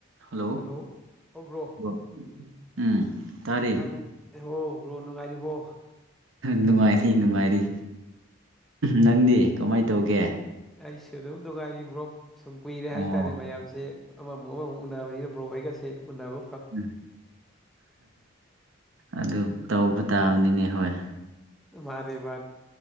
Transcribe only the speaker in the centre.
hello ꯍꯣ bro
ꯅꯨꯡꯉꯥꯏꯔꯤ ꯍꯣ ꯕ꯭ꯔꯣ ꯅꯨꯡꯉꯥꯏꯔꯤꯕ꯭ꯔꯣ
ꯑꯩꯁꯨ ꯑꯗꯨꯝ ꯅꯨꯡꯉꯥꯏꯔꯤꯕ꯭ꯔꯣ ꯁꯨꯝ ꯀꯨꯏꯔꯦ ꯍꯥꯏꯇꯥꯔꯦ
ꯃꯌꯥꯝꯁꯦ ꯑꯃꯃꯨ ꯑꯃꯃꯛ ꯎꯟꯅꯅꯕꯅꯤꯅ ꯕ꯭ꯔꯣ ꯍꯩꯒꯁꯦ ꯎꯟꯅꯅꯕ
ꯃꯥꯅꯤ ꯃꯥꯅꯤ